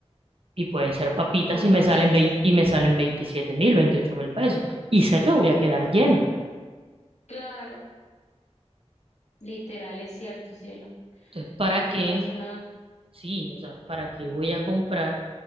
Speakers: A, on the right (about 55°); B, on the left (about 80°).
A: y pueden ser papitas
B: Con
A: y me
B: papitas.
A: salen veinte y me salen veintisiete mil, veintiocho mil pesos. Y sé que voy a quedar llena.
B: Claro, literal es cierto, cielo.
A: Entonces, ¿para
B: Obviamente
A: qué?
B: es una
A: Sí, o sea, ¿para qué voy a comprar